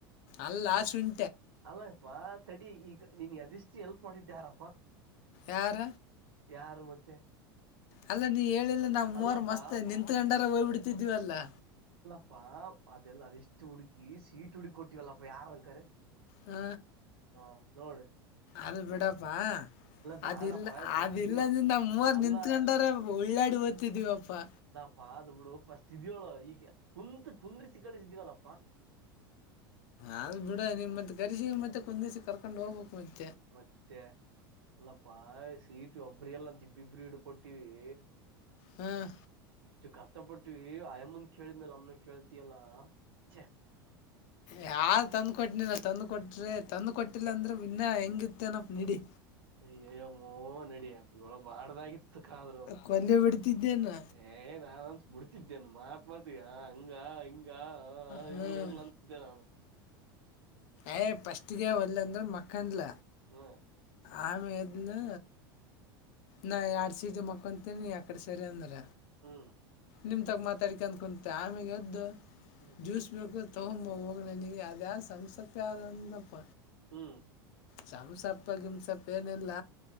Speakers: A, on the left; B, on the right.
A: ಅಲ್ಲ ಶುಂ
B: ಅಲ್ಲಪ್ಪಾ ತಡಿ ಈಗ ನೀನ್ ಅದಿಷ್ಟು ಎಲ್ಪ್ ಮಾಡಿದ್ದ ಯಾರಪ್ಪಾ
A: ಯಾರ
B: ಯಾರ ಮತ್ತೆ
A: ಅಲ್ಲ ನೀ ಹೇಳಿಲ್ಲ ನಾವವು
B: ಅಲ್ಲಪ್ಪಾ
A: ಮೂವರ್ ಮಸ್ತ್ ನಿತ್ಕಂಡಾರ ಹೋಗ್ ಬಿಿಡ್ತಿದೀವ ಅಲ್ಲಾ
B: ಅಪ್ಪಾ ಅದೆಲ್ಲ ಅದೆಷ್ಟು ಹುಡುಕಿ ಸೀಟ ಹುಡುಕಿ ಕೊಟ್ಟಿವಲ್ಲಪ್ಪ ಯಾರ ಅಕಾರೆ
A: ಹ್ಮ
B: ಹಾ ನೋಡಿ
A: ಅದು ಬಿಡಪಾ
B: ಬ್ಯಾಡಪ್ಪ
A: ಅದಿಲ್ಲ
B: ಫಸ್ಟ್
A: ಅದಿಲ್ಲದಿಂದ
B: ಇದ ನೋಡು
A: ಮೂವರ್
B: ಅಲ್ಲ
A: ನಿತ್ಕೊಂಡಾರ ಉಳ್ಳಾಡಿ ತಿದೀವಪ್ಪಾ
B: ಪ ಆದ್ ಬಿಡು ಪ ಅಷ್ಟ ಇದ್ಯವಳ ಈಗ ಕುಂತ ಕುಂದ್ರಿಸಿ ಕಳಿಸಿದೀವಲ್ಲಪ್ಪಾ
A: ಅಲ್ ಬಿಡ ನಿಮ್ತ್ ಕರಿಸಸಿ ಮತ್ತೆ ಕುಂದ್ ದಿವಸ ಕರ್ಕೊಂಡ್ ಹೋಗ್ಬೇಕು ಮತ್
B: ಮತ್ತೆ ಎಲ್ಲ ಪಾಯಸ ಟ ಒಬ್ಬ್ರ ಎಲ್ಲಂತ ಇಬ್ಬಿಬರು ಹಿಡು ಕೊಟ್ಟಿವವಿ
A: ಹ್ಮ್
B: ಇಷ್ಟು ಕಷ್ಟಪಟ್ಟವಿ ಅಯಮಂದ ಕೇಳಿದ್ಮೇಲ್ ನಮ್ನ ಕೇಳ್ತಿಯಲ್ಲ ಚೆ
A: ಯಾರ ತಂದ ಕೊಟ್ಟನಿಲ್ಲ ತಂದು ಕೊಟ್ರೆ ತಂದು ಕೊಟ್ಟಿಲ್ಲ ಅಂದ್ರೆ ಇನ್ನ ಹೆಂಗಿತ್ತೇನ ನಿಡಿ
B: ಅಯ್ಯಯ್ಯೋ ಮೂೋ ನಡಿಯಳ ಬಾರ್ದಾಗಿತ್ತು ಕ್ಕಾದ್ರು
A: ಕೊಲ್ಲೆ ಬಿಡ್ತಿದ್ದೇನ
B: ಏ ನಾನ ಅಂತ ಬಿಡ್ತಿದ್ದೇನ್ ಮಾ ಮತ ಹಂಗ ಹಿಂಗ
A: ಹ್ಮ್
B: ಇರ್ಲ ಇರ್ಲ ಅಂತಿದ್ದೆ ನಾನ
A: ಯ್ ಪಫಸ್ಟ್ಗೆ ಒಲ್ಲ ಅಂದ್ರ ಮಕ್ಕಂದ್ಲ
B: ಹ್ಮ್
A: ಆಮೇ ಎದನು ನಾ ಎಡು ಸೀಟ ಮಕ್ಕಂತೀನಿ ಎಕಡೆ ಸರಿ ಅಂದರ
B: ಹ್ಮ
A: ನಿಮ್ ತಗ ಮಾತಾಡಿಕ ಅಂದ್ಕೊಂತ ಆಮೇಾಗ ಎದ್ದು
B: ಹ್ಮ್
A: ಜ್ಯೂಸ್ ಬೇಕು ತಗೊಂಬ ಹೋಗ ನನಗೆ ಅದ ಯಾವ ಸಂಸತ್ತ ಆದಂದಪ್ಪ
B: ಹ್ಮ್
A: ಚಮ್ಸಪ್ಪ ಗಿಮ್ಸಪ್ಪ ಏನಿಲ್ಲ